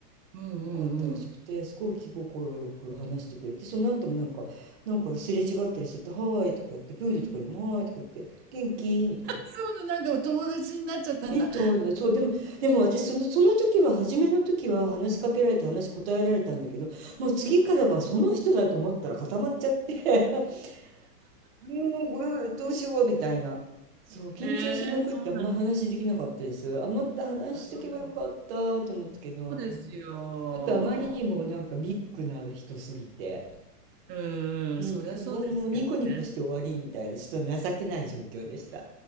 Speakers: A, on the right; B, on the right.
A: うんうんうん。
B: よかったらしくて、すごい気心よく話してくれて、その後もなんか、なんかすれ違ったりすると、はーいとか言って、プールとかでもはーいとか言って、元気みたいな。
A: そうな、なんかお友達になっちゃったんだ。
B: みたいな、そう、でもでも私そのその時は初めの時は話しかけられて話し答えられたんだけど、もう次からはその人だと思ったら固まっちゃって、<laughs> もうこれどうしようみたいな。そう、緊張しまくってあんま話できなかったです。
A: ええーそうなんだ。
B: あ、もっと話しとけばよかったと思ったけど、
A: あ、そうなんだ。そうですよ。
B: うんちょっとあまりにもなんかビッグな人すぎて、
A: うんそりゃそうですけどね。
B: うん、あどうもニコニコして終わりみたいな、ちょっと情けない状況でした。